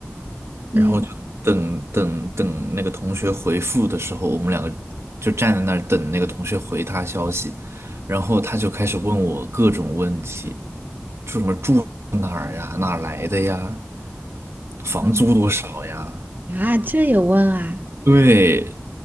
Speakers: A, on the right (about 45°); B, on the right (about 85°).
A: 嗯。
B: 然后就等等等那个同学回复的时候，我们两个就站在那儿等那个同学回他消息，然后他就开始问我各种问题，住什么住哪儿呀，哪儿来的呀，房租多少呀？
A: 嗯啊，这有问啊？
B: 对，